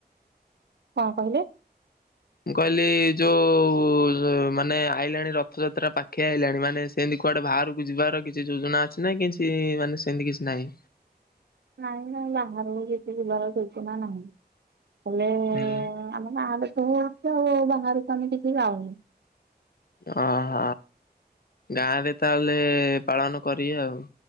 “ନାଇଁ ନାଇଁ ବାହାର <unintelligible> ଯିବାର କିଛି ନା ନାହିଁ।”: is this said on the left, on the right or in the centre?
Right